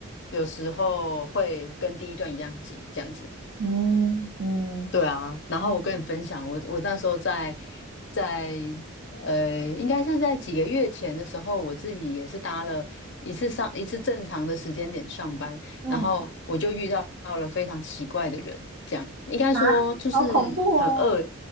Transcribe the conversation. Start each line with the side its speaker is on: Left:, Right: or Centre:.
Left: 有时候会跟第一段一样挤，这样子。
Right: 嗯嗯
Left: 对啊，然后我跟你分享，
Right: 嗯
Left: 我我那时候在在呃，应该是在几个月前的时候，我自己也是搭了一次上一次正常的时间点上班，
Right: 嗯
Left: 然后我就遇到了非常奇怪的人，这样应该说就是很恶，
Right: 啊，好恐怖哦！